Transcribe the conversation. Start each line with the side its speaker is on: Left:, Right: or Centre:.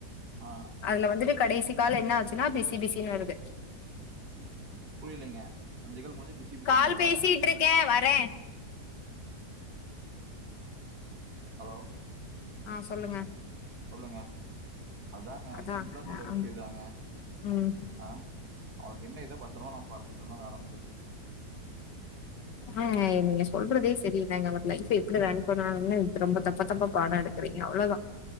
Right: ஆ
Left: அதுல வந்துட்டு கடைசி கால் என்ன ஆச்சுன்னா பிசி பிசின்னு வருது
Right: புரியலைங்க அஞ்ச கால் முடிஞ்சு பிஸி பிஸின்னு
Left: கால்
Right: வருதா
Left: பேசிட்டு இருக்கே வரே
Right: ஹலோ
Left: ஆ சொல்லுங்க
Right: சொல்லுங்க அதாங்க
Left: அதா
Right: சிம்பிளா சொல்ற விஷியோ
Left: ம்
Right: இதாங்க
Left: ம்
Right: ஆ அவக் கிட்ட இருத்து பத்தரம்மா நம்ம பாத்துக்கிட்டோன்னா வேல முடிஞ்சது
Left: ஆ நீங்க சொல்றதே செரி இல்லங்க நம்ம லைஃப்ப எப்படி ரன் பண்ணணும்னு ரொம்ப தப்பு தப்பா பாடோ எடுக்கிரிங்க ரிக்கீங்க அவ்ளோதா